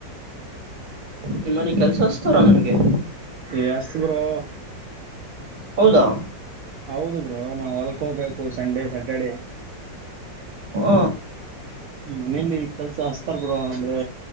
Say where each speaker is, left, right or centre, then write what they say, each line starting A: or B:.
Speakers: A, on the right; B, on the right.
A: ನಿಮ್ಮನೆಗ್ ಕೆಲ್ಸ ಅಸ್ತಾರಾ ನಿಮ್ಗೆ
B: ಎಏ ಅಷ್ಟತ ಬ್ರೋ
A: ಹೌದಾ
B: ಹೌದು ಬ್ರೋ ನಾ ಹೊಲ್ಕೋಬೇಕು ಸಂಡೇ ಸಟರ್ಡೆ
A: ಹ
B: ಮನೇಲಿ ಕೆಲ್ಸ ಹಸ್ತಾರ್ ಬ್ರ ಅಂದ್ರೆ